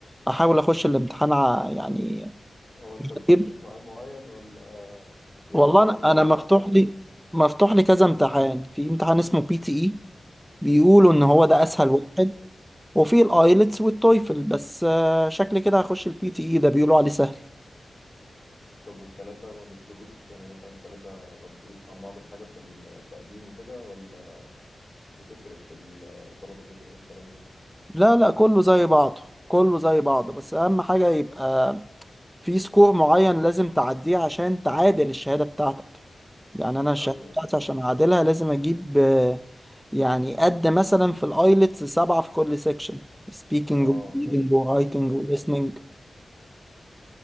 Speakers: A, in the centre; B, on the left.
A: احاول اخش الامتحان ع- يعني
B: هو انت بتخش
A: جيب
B: في ميعاد معين ولا يعني
A: والله
B: هو
A: انا
B: في ميعاد
A: أنا
B: معين
A: مفتوح
B: متحدد
A: لي مفتوح لي كذا امتحان في امتحان اسمه بي تي اي بيقولوا ان هو ده اسهل
B: اه
A: واحد وفي الايلتس والتويفل بس آه، شكلي كده هخش البي تي اي ده بيقولوا عليه سهل
B: طب والتلاتة ما بيفرقوش يعني مثلا التلاتة ما بيفرقوش عن بعض في حاجة في التقديم وكده ولا بتفرق في الطلب الهجرة والكلام ده
A: لا لا كله زي بعضه كله زي بعضه بس اهم حاجة يبقى في سكور معين لازم تعديه عشان تعادل الشهادة بتاعتك يعني أنا الشهادة
B: ايوه
A: بتاعتي
B: ايوه
A: عشان أعادلها لازم أجيب آه، يعني قد مثلا في الآيلتس سبعة في كل سيكشن speaking
B: اه
A: و
B: فهمت
A: reading و
B: فهمت
A: writing
B: ايوه
A: و
B: فهمت
A: listening
B: فهمت